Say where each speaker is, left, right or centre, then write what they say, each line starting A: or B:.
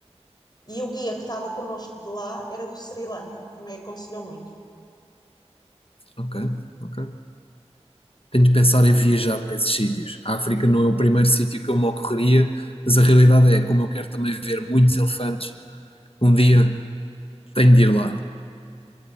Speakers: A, on the left; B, on the left.
A: E o guia que estava connosco de lá era do Sri Lanka, também aconselhou muito.
B: Ok, ok. Tenho de pensar em viajar para esses sítios. A África não é o primeiro sítio que eu me ocorreria, mas a realidade é, como eu quero também ver muitos elefantes, um dia tenho de ir lá.